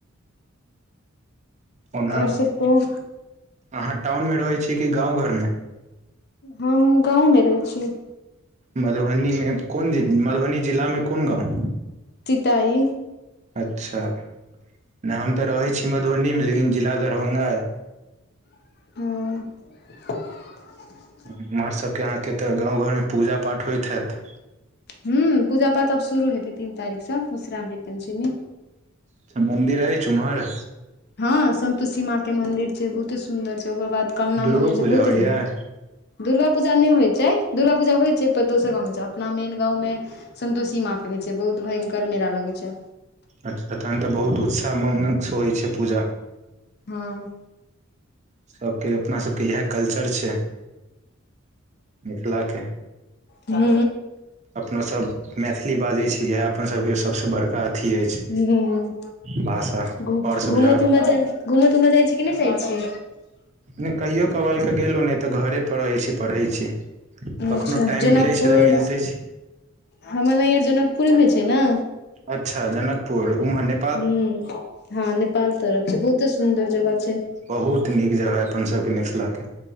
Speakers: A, on the right (about 35°); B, on the left (about 50°).
A: ओना
B: आओर सब कहू
A: अहाँ टाउन मे रहै छीयै कि गाँव घरमे
B: हम गाँवमे रहै छीयै
A: मधुबनीमे कोन मधुबनी जिलामे कोन गाँव
B: तिताइ
A: अच्छा नै हम तऽ रहै छी मधुबनीमे लेकिन जिला दरभंगा अइ
B: हूँ
A: एम्हर सबके अहाँके तऽ गाँव घरमे पूजा पाठ होइत हैत
B: हूँ पूजा पाठ आब शुरू हेतै तीन तारीखसँ मधुश्रामनी पंचमी
A: अच्छा मन्दिर अइछ उम्हर
B: हँ संन्तोसि मां के मंदिर छै बहुते सुन्दर छै ओकर बाद कलना
A: दुर्गो
B: मंदिर
A: पूजा
B: छै बहुते
A: होइए
B: मन्दिर दुर्गा पूजा नै होइ छै दुर्गा पूजा होइ छै दोसर गाँवमे छै अपना मेन गाँवमे सन्तोषी माँके होई छै बहुत भयंकर मेला लगै छै
A: अच्छा तहन तऽ बहुत उत्साह मागंसँ होइ छै पूजा
B: हँ
A: सबके अपना सब ती इएह कल्चर छै मिथिलाके
B: ह
A: अपनोसब मैथिली बाजै छी इएह अपनसबके सबसँ बड़का अथी अछि
B: हूँ
A: भाषा
B: घू
A: आओर सब
B: घूम
A: जगह
B: तूम जाय घूमऽ तूमऽ जाइ छी कि नै जाइ छी
A: नै कहियो कबाल क गेलौं नै तऽ घरे पर रहै छी पढ़ै छी कखनो
B: अच्छा
A: टाइम
B: जनकपुर
A: मिलै छै तऽ मिलते छी
B: हमर नैहर जनकपुरे मे छै ने
A: अच्छा जनकपुर उम्हर ने
B: हूँ हँ नेपाल तरफ छै बहुते सुन्दर जगह छै
A: बहुत नीक जगह अइ अपनसबके मिथिलाके